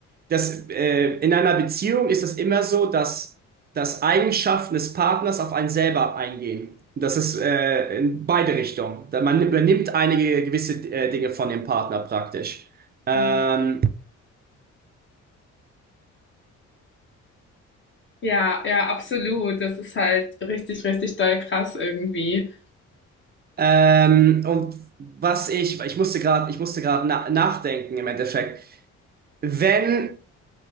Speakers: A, on the right; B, on the left.
A: Das, äh, in einer Beziehung ist es immer so, dass, dass Eigenschaften des Partners auf einen selber eingehen. Das ist äh, in beide Richtungen. Da- Man übernimmt einige gewisse äh, Dinge von dem Partner praktisch. Ähm,
B: Mhm. Ja, ja, absolut. Das ist halt richtig, richtig doll krass irgendwie.
A: ähm, und was ich, ich musste gerade, ich musste gerade na nachdenken im Endeffekt. Wenn